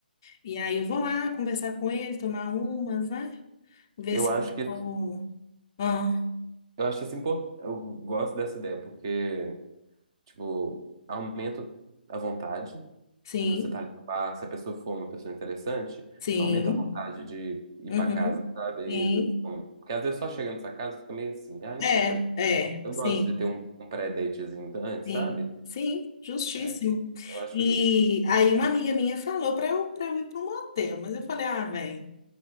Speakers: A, on the left; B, on the right.
A: E aí eu vou lá conversar com ele, tomar umas, né? Ver
B: Eu
A: se...
B: acho que
A: eu- Ah,
B: eu acho isso importante. Eu gosto dessa ideia, porque, tipo, aumenta a vontade
A: sim,
B: de você estar ali no bar. Se a pessoa for uma pessoa interessante,
A: sim,
B: aumenta a vontade de ir
A: uhum,
B: pra casa, sabe?
A: sim.
B: E, bom, porque às vezes só chega nessa casa fica meio assim, ah, não
A: É,
B: sei.
A: é,
B: Eu
A: sim,
B: gosto de ter um, um pré-datezinho antes,
A: sim.
B: sabe?
A: Sim, justíssimo.
B: É, eu acho
A: E
B: justo.
A: aí uma amiga minha falou para eu, para eu ir para um motel, mas eu falei, ah, velho,